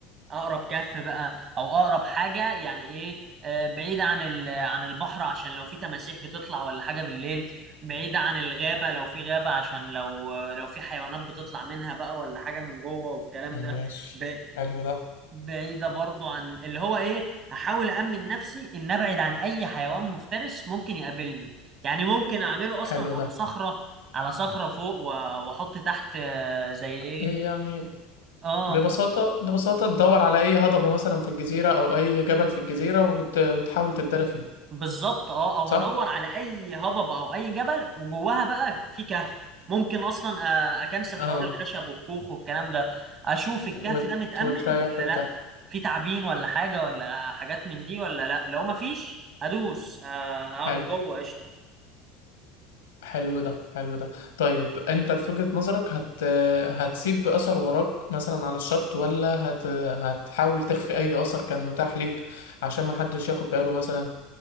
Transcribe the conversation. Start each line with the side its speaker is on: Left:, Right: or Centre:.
Right: اقرب كهف بقى او اقرب حاجه يعني ايه آه، بعيدة عن ال- عن البحر عشان لو في تماسيح بتطلع ولا حاجة بالليل بعيدة عن الغابة لو في غابة عشان لو لو في حيوانات بتطلع منها بقى ولا حاجة من جوه والكلام ده
Left: ماشي
Right: ب-
Left: حلو ده
Right: بعيدة برضو عن اللي هو ايه هحاول أأمن نفسي إن أبعد عن أي حيوان مفترس ممكن يقابلني يعني ممكن أعمله أصلا
Left: حلو
Right: على
Left: ده
Right: صخرة على صخرة فوق و- وأحط تحت آه، زي ايه
Left: إيه يعني
Right: اه
Left: ببساطة ببساطة تدور على أي هضبة مثلا في الجزيرة أو أي جبل في الجزيرة وت... وتحاول تتدرى فيه
Right: بالظبط اه او
Left: صح؟
Right: هدور على اي هضبة او اي جبل وجواها بقى في كهف ممكن اصلا آه، اكنسل
Left: اه
Right: حوار الخشب والكوخ والكلام ده اشوف
Left: وت...
Right: الكهف ده متأمن
Left: وتريح
Right: ولا
Left: في الكهف
Right: لا في تعابين ولا حاجة ولا حاجات من دي ولا لا لو مفيش هدوس ه- هقعد
Left: حلو
Right: جوه قشطة
Left: حلو ده حلو ده طيب انت في وجهة نظرك هت... هتسيب اثر وراك مثلا على الشط ولا هت... هتحاول تخفي اي اثر كان متاح ليك عشان ما حدش ياخد باله مثلا